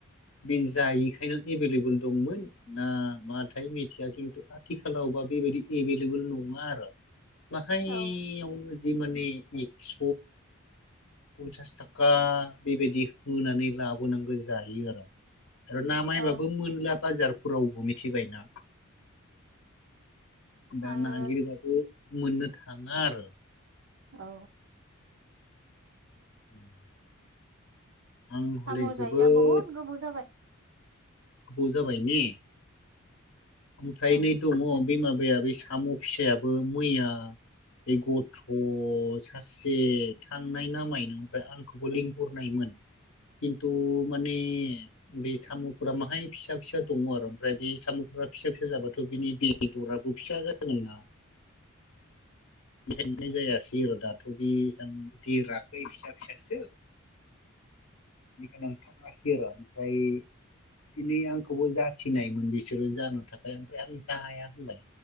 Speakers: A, on the left; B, on the right.
A: बे जायिखायनो एभेलेबोल दंमोन ना माथाय मिथिया किन्तु आथिखालावबा बेबायदि एभेलेबोल नङा आरो। बाहायावनो
B: औ
A: जि माने एक्स' पन्सास थाका बेबायदि होनानै लाबोनांगौ जायो आरो। आरो ना मायबाबो
B: औ
A: मोनला बाजार रावबो मिथिबायना दा
B: आङो
A: नागिरबाबो मोननो थाङा आरो।
B: औ।
A: <inaudible> आं हले
B: साम'
A: जोबोद
B: जायैया बहुत गोबाव जाबाय।
A: गोबाव जाबाय ने ओमफ्राय
B: औ
A: नै दङ। बे माबाया बे साम' फिसायाबो मैया बे गथ' सासे थांनाय नामायनो ओमफ्राय आंखौबो लिंहरनायमोन खिन्थु माने बे साम'फोरा बाहाय फिसा फिसा दङ आरो ओमफ्राय बे साम'फोरा फिसा फिसा जाबाथ' बिनि बेदराबो फिसा जागोन ना। नायनाय जायासै आरो दाथ' बे एसां देराखै फिसा फिसासो बेखायनो आं थाङासै आर' ओमफाय दिनै आंखौबो जासिनायमोन बिसोरो जानो थाखाय ओमफ्राय आं जाया होनबाय